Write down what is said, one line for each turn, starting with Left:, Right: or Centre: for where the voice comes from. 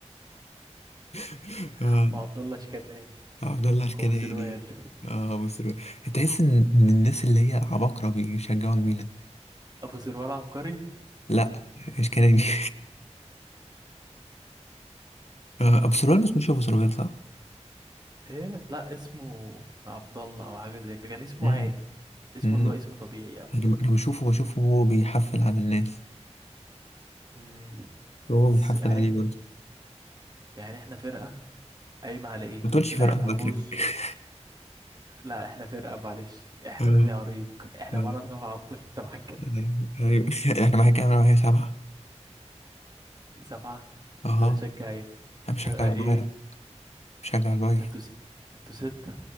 Left: <laughs> آه،
Right: <laughs> وعبد الله شكناني
Left: آه، عبد الله الكناني
Right: ابو سروال
Left: اه مصر تحس ان إن الناس اللي هي عباقرة بيشجعوا الميلان
Right: ابو سروال عبقري
Left: لا الكناني <laughs> آه، ابو سروال بس مش ابو سروال صح؟
Right: ايه لا اسمه عبد الله او حاجه زي كده كان اسمه
Left: مم.
Right: عادي اسمه
Left: مم.
Right: اللي هو اسم طبيعي او
Left: انا أنا بشوفه بشوفه هو بيحفل على الناس
Right: امم
Left: وهو
Right: بس
Left: بيحفل
Right: يعني
Left: عليه
Right: احنا
Left: برضه
Right: يعني احنا فرقه قايمه على ايه
Left: ما تقولش
Right: لاعب
Left: فرق الله
Right: عجوز
Left: يكرمك
Right: لا احنا فرقه معلش احنا
Left: آه،
Right: نادي عريق احنا
Left: آه،
Right: معانا سبعه افضل انت معاك كام؟
Left: ايوه ايوه <laughs> انا معاك انا معايا سبعة
Right: سبعه
Left: اها
Right: انت بتشجع ايه
Left: انا
Right: انت
Left: بشجع
Right: ايه
Left: البايرن بشجع البايرن
Right: انتوا س... انتوا سته